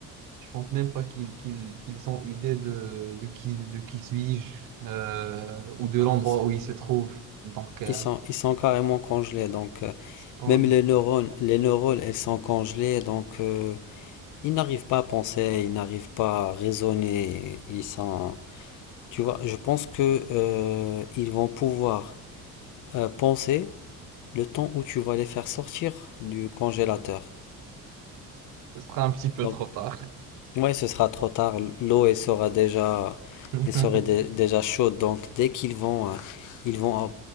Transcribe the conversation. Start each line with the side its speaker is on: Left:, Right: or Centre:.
Right: je pense même pas qu'ils qu'ils, qu'ils ont idée de, de qui, de qui suis-je euh, ou de l'endroit
Left: ils sont.
Right: où ils se trouvent. Donc, euh,
Left: Ils sont, ils sont carrément congelés. Donc, euh,
Right: quand
Left: même
Right: je,
Left: les neurones, les neurones, elles sont congelées. Donc, euh, ils n'arrivent pas à penser, ils n'arrivent pas à raisonner. Ils sont. Tu vois, je pense que euh, ils vont pouvoir euh, penser le temps où tu vas les faire sortir du congélateur.
Right: ce sera un petit peu
Left: Donc,
Right: trop tard,
Left: Ouais, ce sera trop tard. L'eau, elle sera déjà,
Right: <laughs>
Left: elle serait dé- déjà chaude. Donc, dès qu'ils vont, euh, ils vont euh,